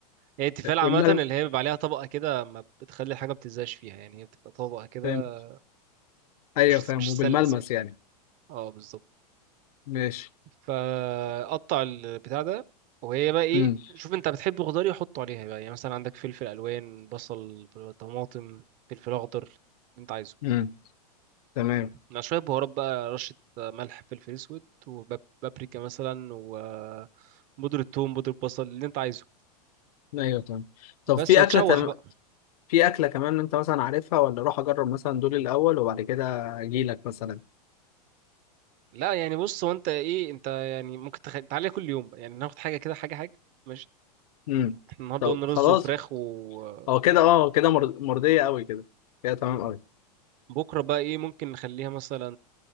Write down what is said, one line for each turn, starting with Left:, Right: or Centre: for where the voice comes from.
Right: هي التفال عامة
Left: والملمس
Right: اللي هي بيبقى عليها طبقة كده ما بتخلي الحاجة ما بتلزقش فيها يعني هي بتبقى طبقة كده
Left: فاهم ايوه
Right: مش
Left: فاهم
Right: مش
Left: وبالملمس
Right: ستانلس يعني
Left: يعني
Right: اه بالظبط
Left: ماشي
Right: فقطع البتاع ده وهي بقى ايه
Left: مم.
Right: شوف انت بتحب خضار إيه حطه عليها بقى يعني مثلا عندك فلفل الوان بصل طماطم فلفل اخضر اللي انت عايزه
Left: مم. تمام
Right: مع شويه بهارات بقى رشه ملح فلفل اسود وبابريكا مثلا وبودرة ثوم بودرة بصل اللي انت عايزه
Left: ايوه تمام طب
Right: بس
Left: في
Right: وتشوح
Left: اكله
Right: بقى
Left: في أكلة كمان أنت مثلا عارفها ولا أروح أجرب مثلا دول الأول وبعد كده أجيلك مثلا
Right: لا يعني بص هو انت ايه انت يعني ممكن تخ... تعالى كل يوم بقى يعني ناخد حاجه كده حاجه حاجه ماشي
Left: امم
Right: احنا النهارده
Left: طب
Right: قلنا رز
Left: خلاص
Right: وفراخ و...
Left: هو
Right: وبتاع
Left: كده أه كده مرض- مرضية أوي كده كده تمام أوي
Right: بكره بقى ايه ممكن نخليها مثلا